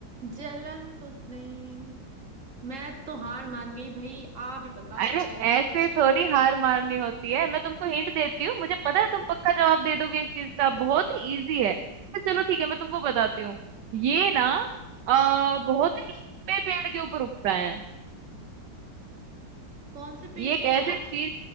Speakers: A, on the right (about 40°); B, on the right (about 65°).
A: जलन कुछ नहीं मैं तो हार मान गई भाई आप ही बताओ
B: अरे
A: भाई
B: ऐसे थोड़ी हार मारनी होती है मैं तुमको हिंट देती हूँ मुझे पता है तुम पक्का जवाब दे दोगे इस चीज का बहुत ही इजी है तो चलो ठीक है मैं तुमको बताती हूँ ये ना आ, बहुत ही लंबे पेड़ के ऊपर उगता है
A: कौन से पेड़
B: ये
A: के
B: एक
A: ऊपर
B: ऐसी चीज